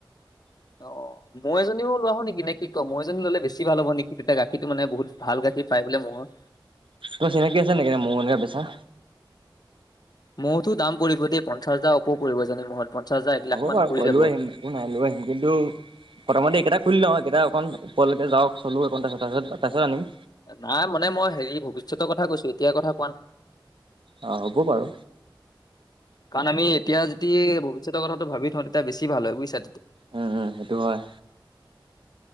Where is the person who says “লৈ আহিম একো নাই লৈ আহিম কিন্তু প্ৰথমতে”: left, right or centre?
Right